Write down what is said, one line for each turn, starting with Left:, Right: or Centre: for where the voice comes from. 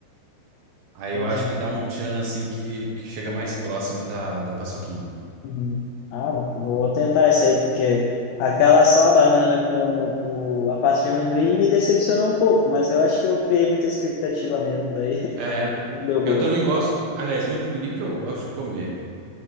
Right: Aí
Left: entendi.
Right: eu acho que dá um tchan assim que, que chega mais próximo da, da paçoquinha.
Left: Uhum. Ah, vou tentar essa aí, porque aquela só a banana com o... a pasta de amendoim me decepcionou um pouco, mas eu acho que eu criei muita expectativa mesmo, daí <laughs>
Right: É,
Left: não deu boa.
Right: eu também gosto, aliás, eu não digo nem que eu gosto de comer.